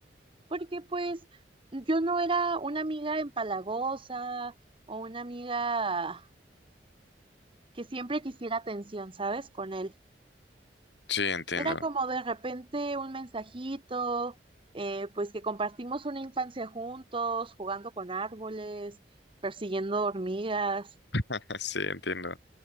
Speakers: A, on the right; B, on the left.
A: porque pues yo no era una amiga empalagosa o una amiga que siempre quisiera atención, ¿sabes? Con él.
B: Sí, entiendo.
A: Era como de repente un mensajito, eh, pues que compartimos una infancia juntos, jugando con árboles, persiguiendo hormigas.
B: <laughs> Sí, entiendo.